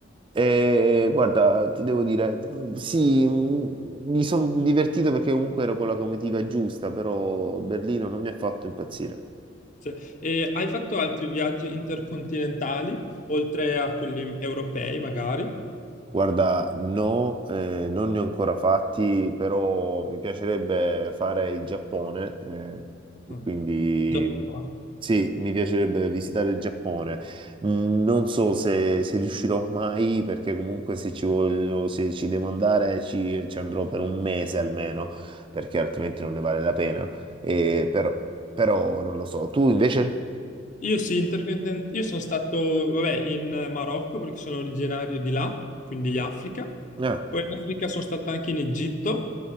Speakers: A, on the right; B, on the left.
A: E guarda, ti devo dire, mh, sì, mh, mi sono divertito perché comunque ero con la comitiva giusta, però Berlino non mi ha fatto impazzire.
B: Sì. E hai fatto altri viaggi intercontinentali, oltre a quelli europei, magari?
A: Guarda, no, eh, non ne ho ancora fatti, però mi piacerebbe fare il Giappone, eh,
B: Ah.
A: e quindi
B: Giappone.
A: sì, mi piacerebbe visitare il Giappone. Mm, Non so se, se riuscirò mai, perché comunque se ci voglio, se ci devo andare ci, ci andrò per un mese almeno, perché altrimenti non ne vale la pena. Eh, però, però non lo so. Tu invece?
B: Io sì, intercontinent- io sono stato, vabbè, in Marocco perché sono originario di là, quindi Africa.
A: Ah,
B: Poi in Africa sono stato anche in Egitto,